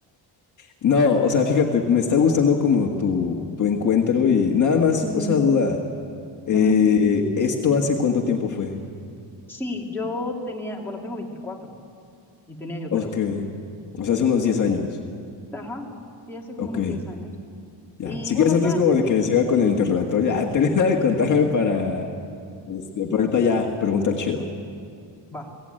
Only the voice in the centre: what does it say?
Ujú.
Ujú, dime.
Sí, yo tenía, bueno, tengo 24 y tenía yo
trece
Ajá, sí, hace como
unos 10 años.
Y
bueno,
ya
terminé.
Va.